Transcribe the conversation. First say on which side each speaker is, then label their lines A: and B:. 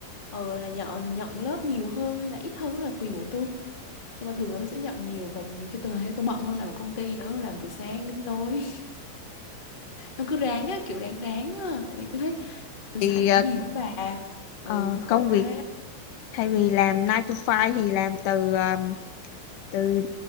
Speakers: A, on the left (about 15°); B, on the left (about 75°).
A: ờ là nhận nhận lớp nhiều hơn hay là ít hơn đó là quyền của tôi nhưng mà thường là tôi sẽ nhận nhiều và nhiều khi tôi thấy tôi bận hơn làm ở công ty nữa làm từ sáng đến tối nó cứ ráng á kiểu ráng ráng á tại vì tôi thấy tôi
B: Thì
A: xài cũng
B: ờ,
A: nhiều bà
B: ờ,
A: ừ nên khổ
B: công việc
A: quá
B: thay vì làm 9 to 5 thì làm từ ờ, từ